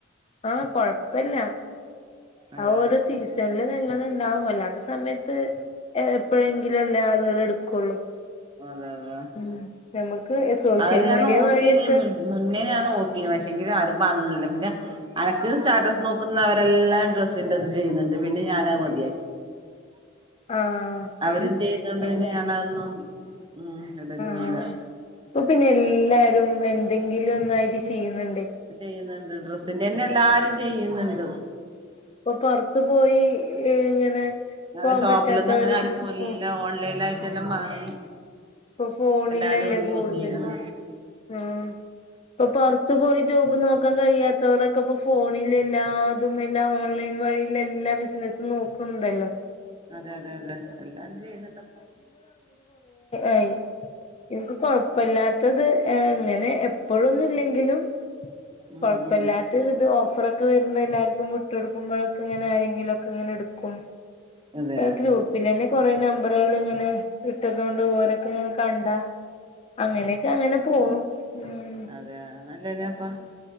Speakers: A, on the left (about 30°); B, on the right (about 25°).
A: ആഹ കൊഴപ്പില്ല
B: അതെ
A: ആ ഓരോ സീസണില് നല്ലണം ഉണ്ടാവല്ലാത്ത സമയത്ത് എപ്പോഴെങ്കിലും അല്ലേ ആളുകൾ എടുക്കുള്ളൂ
B: അതെ അതെ
A: ഉം നമുക്ക് സോഷ്യൽ
B: അവര് ഞാൻ
A: മീഡിയ
B: നോക്കി
A: വഴിയൊക്കെ
B: നീ മുന്നേ ഞ നോക്കിന് പക്ഷെ ആരും വാങ്ങുന്നില്ല പിന്നെ എനക്ക് സ്റ്റാറ്റസ് നോക്കുന്നവരെല്ലാം ഡ്രസ്സിന്റെ ഇത് ചെയ്യുന്നുണ്ട് പിന്നെ ഞാൻ മതിയാക്കി <unintelligible>
A: ആഹ്
B: അവെരും ചെയ്യുന്നൊണ്ട്
A: അല്ലേ
B: പിന്നെ ഞാനതൊന്നും. ഉം ഇടലുല്ല
A: ആഹ് ഇപ്പൊ പിന്നെ എല്ലാരും എന്തെങ്കിലും ഒന്നായിട്ട് ചെയ്യുന്നുണ്ട്.
B: ചെയ്യുന്നൊണ്ട്. ഡ്രസ്സിന്റെ തന്നെ എല്ലാരും ചെയ്യുന്നൊണ്ട്.
A: അപ്പൊ പൊറത്തു പോയി എ ഇങ്ങനെ. പോവാൻ
B: അതെ ഷോപ്പിലൊന്നും
A: പറ്റാത്തവരും
B: അങ്ങനെയാരു പോല്ല.
A: ഫോ
B: ഓൺലൈനായിട്ടെല്ലാം വാങ്ങി.
A: ഇപ്പ ഫോണിലല്ലേ
B: എല്ലാരും
A: കൂടുതല്.
B: യൂസ് ചെയ്യുന്നു
A: ഉം ഇപ്പ പൊറത്തു പോയി ജോബ് നോക്കാൻ കഴിയാത്തവരൊക്കെ ഇപ്പോ ഫോണിൽ എല്ലാതും എല്ലാ ഓൺലൈൻ വഴിയിലെല്ലാ ബിസന സ്സും നോക്കുണ്ടല്ലോ.
B: അതെ അതെ അതെ എല്ലാം ചെയ്യുന്നെണ്ടപ്പോ.
A: ഏയ് എനക്ക് കൊഴപ്പല്ലാത്തത് ഏ ഇങ്ങെനെ എപ്പോഴൊന്നില്ലെങ്കിലും
B: ഉം
A: കൊഴപ്പമില്ലാത്തോരിത്
B: ഉം
A: ഓഫറ ഓഫർൊക്കെ ക്കെ വരുമ്പോ എല്ലാവർക്കു വിട്ടുക്കൊടുക്കുമ്പോക്കെ ഇങ്ങെനെയാരെങ്കിലുമൊക്കെങ്ങിനെ എടു ക്കും.
B: അതെ
A: ഗ്രൂപ്പിലന്നെ കൊറെ നമ്പറുകളിങ്ങനെ ഇട്ടത് കൊണ്ട ങ്ങനെ കണ്ടയങ്ങനെക്കെ അങ്ങനെ പോണു. ഉം
B: അതെയാ നല്ലനപ്പാ